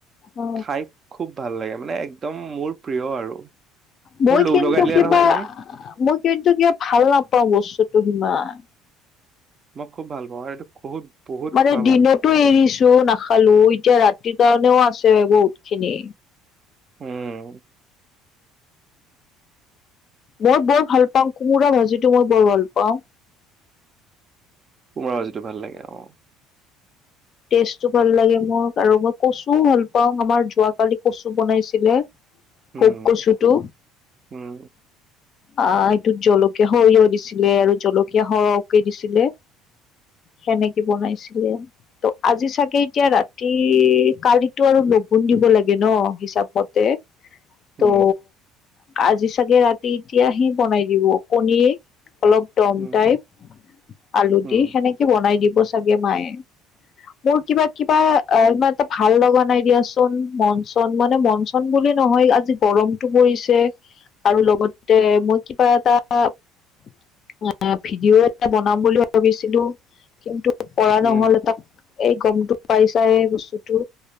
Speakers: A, on the left; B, on the right.
A: অ
B: খাই খুব ভাল লাগে মানে একদম মোৰ প্ৰিয় আৰু।
A: মই
B: মোৰ লোভ
A: কিন্তু
B: লগাই দিলা
A: কিবা
B: নহয় তুমি
A: মই কিন্তু কিবা ভাল নাপাওঁ বস্তুটো সিমান।
B: মই খুব ভাল পাওঁ আৰু এইটো বহুত বহুত
A: মানে
B: খোৱা
A: দিনতো
B: ভাল
A: এৰিছো নাখালো এতিয়া ৰাতিৰ কাৰণেও আছ বহুতখিনি
B: উম।
A: মই বৰ ভাল পাওঁ, কোমোৰা ভাজিটো মই বৰ ভাল পাওঁ।
B: মোৰ ভাজিটো ভাল লাগে অ।
A: টেষ্টটো ভাল লাগে মোৰ আৰু মই কচুও ভাল পাওঁ, আমাৰ যোৱাকালি কচু বনাইছিলে।
B: উম
A: পোক কচুটো।
B: উম
A: আহ এইটোত জলকীয়া, সৰিয়হ দিছিলে আৰু জলকীয়া সৰহকে দিছিলে। সেনেকে বনাইছিলে। ত আজি চাগে এতিয়া ৰাতি কালিতো আৰু লগুণ দিব লাগে ন হিচাপতে।
B: উম
A: ত' আজি চাগে ৰাতি এতিয়া সি বনাই দিব কণী অলপ দম
B: উম
A: টাইপ আলু
B: উম
A: দি সেনেকে বনাই দিব চাগে মায়ে। মোৰ কিবা, কিবা অ এ ভাল লগা নাই দিয়াচোন, মন-চন, মানে মন-চন বুলি নহয়, আজি গৰমটো পৰিছে। আৰু লগতে মই কিবা এটা আহ ভিডিঅ' এটা বনাম বুলি ভাবিছিলো, কিন্তু পৰা
B: উম
A: নহল এটা এই গমটো পাইছায়ে বস্তুটো।